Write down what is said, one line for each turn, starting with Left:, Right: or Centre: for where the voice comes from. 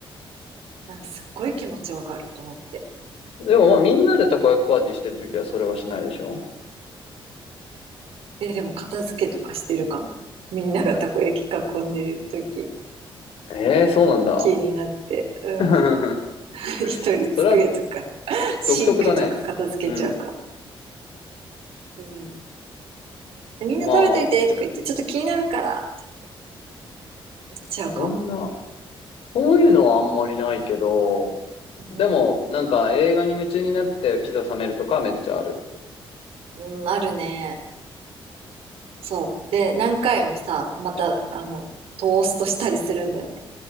Right: なんかすっごい気持ちわかると思って。
Left: あ、でもまあみんなでたこ焼きパーティーしてるときはそれはしないでしょ
Right: え、でも片付けとかしてるかも。みんながたこ焼き囲んでる時、
Left: ええー、そうなんだ。
Right: 気になって、うん。
Left: <laughs>
Right: <laughs> 一人机とか、
Left: それは
Right: シンクとか片付けちゃうかも。
Left: 独特だね。うん。
Right: うん。みんな食べといてとか言って、
Left: まあ、
Right: ちょっと気になるからってやっちゃうかも。
Left: こんな、こういうのはあんまりないけど、
Right: うん。
Left: でも、なんか映画に夢中になってピザ冷めるとかはめっちゃある。
Right: うん、あるね。そう。で、何回もさ、また、あの、トーストしたりするんだよね。